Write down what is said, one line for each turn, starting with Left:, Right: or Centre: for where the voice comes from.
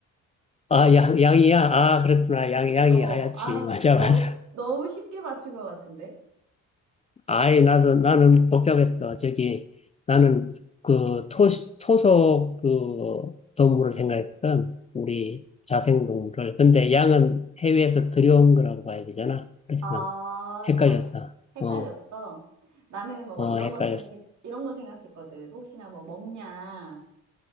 Left: 아, 양, 양이야. 아, 그렇구나. 양, 양이
Right: 어,
Left: 하얗지.
Right: 아,
Left: <laughs> 맞아,
Right: 너,
Left: 맞아.
Right: 너무 쉽게 맞춘 것 같은데?
Left: 아이, 나도, 나는 복잡했어. 저기, 나는 그 토, 토속 그 동물을 생각했거든. 우리 자생동물을. 근데 양은 해외에서 들여온 거라고 봐야 되잖아. 그래서
Right: 아,
Left: 난 헷갈렸어.
Right: 다 헷갈렸어.
Left: 어,
Right: 나는 뭐
Left: 어,
Right: 이런
Left: 헷갈렸어.
Right: 거 생각했, 이런 거 생각했거든. 혹시나 뭐 먹냐,